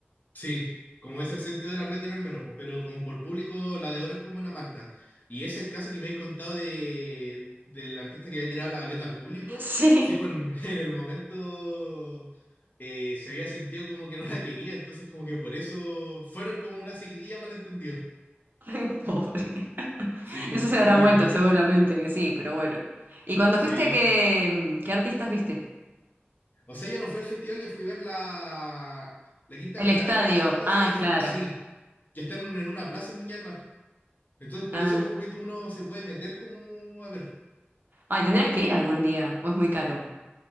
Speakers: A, on the left (about 45°); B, on the right (about 55°).
A: Sí, como es el sentido de la Platino al menos, pues, pero como por público, la de oro es como la Malta. Y es el caso que me he contado de, del artista que había tirado la gaviota al público.
B: <laughs> Sí.
A: Sí, pues en, <laughs> en el momento eh, se había sentido como que no la quería, entonces como que por eso fueron como una seguidilla malentendido.
B: Ay, pobre. <laughs>
A: Sí,
B: No sé si habrá
A: igual,
B: vuelto, seguramente que sí, pero bueno. ¿Y cuando
A: sí.
B: fuiste, qué, mm, qué artistas viste?
A: O sea, yo no fui al festival, yo fui a ver la, la Quinta
B: El
A: Vergara,
B: estadio.
A: que es la zona donde
B: Ah,
A: se hace el...
B: claro.
A: f- Sí, que están en una plaza en Viña del Mar. Entonces, por
B: Ah.
A: eso como que tú uno se puede meter como, a ver,
B: Ay, tendrás que ir algún día, o es muy caro.